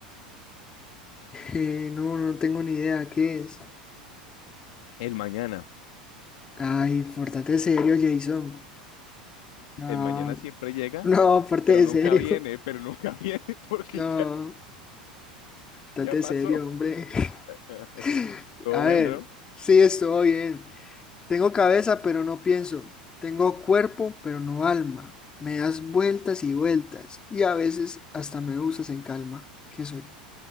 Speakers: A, on the left; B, on the left.
A: eh, no, no tengo ni idea qué es.
B: El mañana.
A: Ay, pórtate serio, Jason. No,
B: El mañana siempre
A: <laughs>
B: llega,
A: no, pórtate
B: pero nunca
A: serio.
B: viene,
A: <laughs>
B: pero nunca <laughs> viene, porque
A: No,
B: ya,
A: pórtate
B: ya pasó.
A: serio, hombre. <laughs>
B: <laughs> Todo
A: A
B: bueno,
A: ver,
B: ¿no?
A: sí, estoy bien. Tengo cabeza, pero no pienso. Tengo cuerpo, pero no alma. Me das vueltas y vueltas. Y a veces hasta me usas en calma. ¿Qué soy?